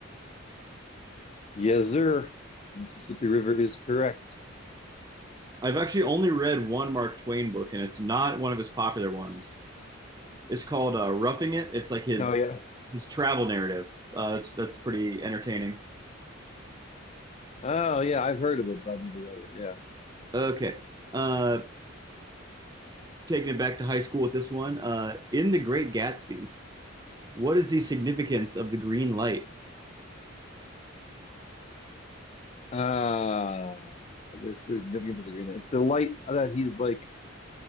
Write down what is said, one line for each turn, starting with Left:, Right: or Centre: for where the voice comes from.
Left: Yes, sir. Mississippi River is correct.
Right: I've actually only read one Mark Twain book, and it's not one of his popular ones. It's called uh, Roughing It. It's like his
Left: Oh yeah.
Right: his travel narrative. Uh, that's that's pretty entertaining.
Left: Oh yeah, I've heard of it, but I've never read it. Yeah.
Right: Okay, uh, taking it back to high school with this one. Uh, in The Great Gatsby, what is the significance of the green light?
Left: Uh the significance of the green. It's the light that he's like